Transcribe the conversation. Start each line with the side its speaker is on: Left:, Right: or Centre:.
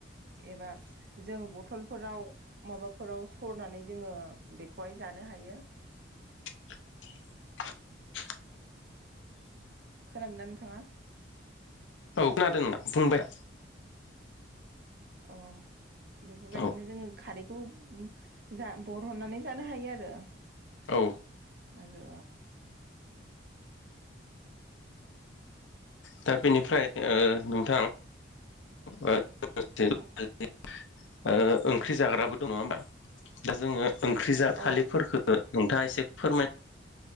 Right: एबा जों बथलफोराव माबाफोराव सरनानै जोङो बेखौहाय जानो हायो
Left: <unintelligible>
Right: खोनादोंना नोंथाङा
Left: औ खोनादोंना बुंबाय
Right: अ बेफोरबायदिनो
Left: औ
Right: जोङो खारैखौबो जा बरहननानै जानो हायो आरो
Left: औ
Right: आरो
Left: दा बेनिफ्राय ओ नोंथां <unintelligible>
Right: आरो
Left: ओंख्रि जाग्राबो दङ नङा होमबा दा जोङो ओंख्रि जा थालिरफोरखो
Right: औ
Left: नोंथाङा एसे फोरमाय